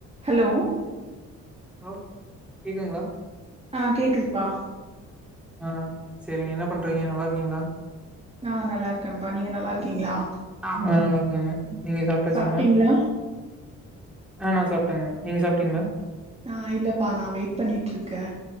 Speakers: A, on the right; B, in the centre.
A: ஹலோ
B: ஹலோ கேக்குதங்களா
A: ஆ கேக்குதுப்பா
B: ஆ சரிங்க என்ன பண்றீங்க நல்லா இருக்கீங்களா
A: ஆ நல்லாிருக்கேன்ப்பா நீங்க நல்லாருக்கீங்களா
B: நல்லா இருக்குங்க நீங்க சாப்டாச்சுங்களா
A: சாப்ட்டீங்களா
B: ஆ நா சாப்பட்டேங்க நீங்க சாப்பிட்டீங்களா
A: ஆ இல்லப்பா நா வெயிட் பண்ணிட்டுருக்கே